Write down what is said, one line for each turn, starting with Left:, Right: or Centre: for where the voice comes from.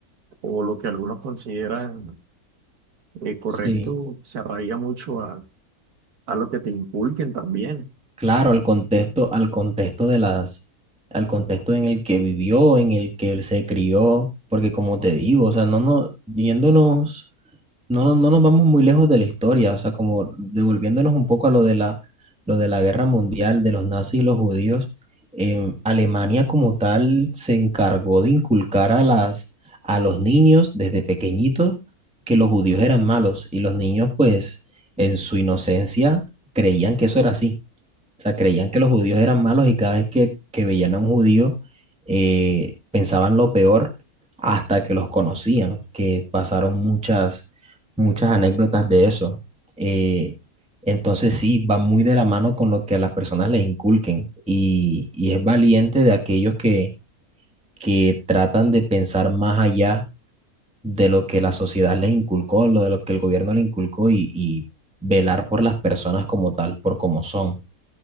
Right: o lo que algunos consideran eh, correcto
Centre: sí,
Right: se arraiga mucho a, a lo que te inculquen también,
Centre: claro, al contexto, al contexto de las, al contexto en el que vivió, en el que él se crió, porque como te digo, o sea, no, no, yéndonos. no, no, no nos vamos muy lejos de la historia, o sea, como devolviéndonos un poco a lo de la, lo de la guerra mundial de los nazis y los judíos, em, Alemania como tal se encargó de inculcar a las, a los niños desde pequeñitos que los judíos eran malos y los niños pues en su inocencia creían que eso era así. O sea, creían que los judíos eran malos y cada vez que, que veían a un judío eh, pensaban lo peor hasta que los conocían, que pasaron muchas, muchas anécdotas de eso. Eh, entonces sí, va muy de la mano con lo que a las personas les inculquen y, y es valiente de aquellos que, que tratan de pensar más allá de lo que la sociedad les inculcó, lo de lo que el gobierno les inculcó y, y velar por las personas como tal, por como son.